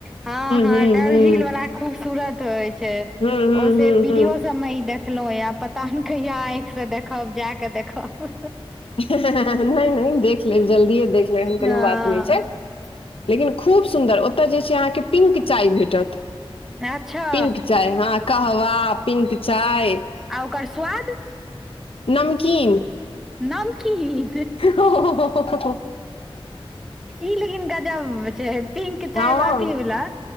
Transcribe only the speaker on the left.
हूँ
हूँ
हूँ हूँ
हूँ
हूँ
नहि-नहि देख लेब, जल्दिए देख लेब, एहन कोनो
बात नहि छै।
किन खूब सुन्दर, ओतय जे छै अहाँके पिंक चाय भेटत।
पिंक चाय हँ, कहवा पिंक चाय।
नमकीन।
हो पख प
हँ